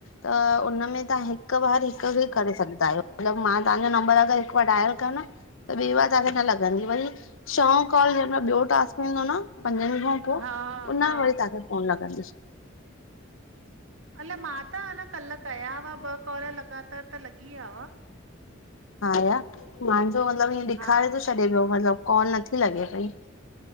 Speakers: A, on the left; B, on the right.
A: त उन में तहां हिकु बार हिकु खे करे सघदा आहियो, मतलब मां तव्हांजो नंबर अगर हिकु बार डायल कयो न त ॿे बार तव्हांखे न लॻंदी, वरी छओं कॉल जेमल ॿिओ टास्क थींदो न पंजन खां पो,
B: हा
A: उन
B: हा
A: मां वरी तहांखे फोन लॻंदीस।
B: अलाए मां त अन, कल् कयावा ॿ कॉल लॻातार त लॻी विया हुआ।
A: हा या मांजो मतलब इअं ॾेखारे
B: हा
A: थो छॾे पियो, मतलब कॉल नथी लॻे पई।